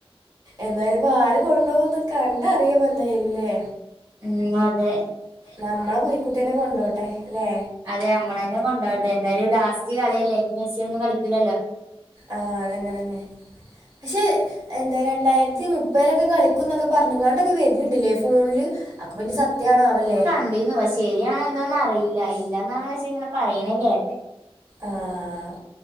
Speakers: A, on the right (about 40°); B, on the right (about 25°).
A: എന്തായാലും ഇപ്പൊ ആര് കൊണ്ടുപോകന്ന് കണ്ട അറിയ പ്പൊ എന്തായലല്ലേ
B: ഉം അതെ
A: നമ്മളെ പുലിക്കുട്ടീനെ കൊണ്ടോട്ടെ അല്ലെ
B: അതെ മ്മളന്നെ കൊണ്ടോട്ടെ, എന്തായാലും ലാസ്റ്റ് കളിയല്ലേ ഇനി മെസി ഒന്നും കളിക്കൂലല്ലോ
A: ആഹ്തന്നെ തന്നെ പക്ഷെ എന്തായ രണ്ടായിരത്തി മുപ്പലൊക്കെ കളിക്കും എന്നൊക്കെ പറഞ്ഞ ങ്ങാണ്ടൊക്കെ വരണ്ണ്ട്ല്ലെ ഫോണില് അപ്പപിന്ന സത്യമാണാവല്ലേ
B: <unintelligible> ശരിയാണ എന്തോന്നും അറിയില്ല ഇല്ലന്നാണ് പക്ഷെ ഇങ്ങനെ പറയണേ കേട്ടെ
A: ആഹ്